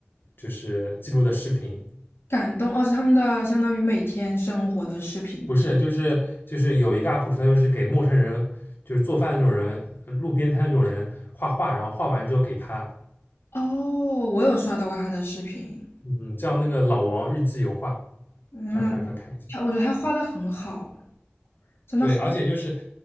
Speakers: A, on the left; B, on the left.
A: 就是记录的视频，
B: 感动，哦，是他们的相当于每天生活的视频记。
A: 不是，就是就是有一个 UP 主，他就是给陌生人，就是做饭的那种人，路边摊那种人画画，然后画完之后给他，
B: 哦，我有刷到过他的视频，
A: 嗯，叫那个老王日记油画，
B: 嗯，
A: 突然翻出来看一下。
B: 他我觉得他画的很好，真的好。
A: 对，而且就是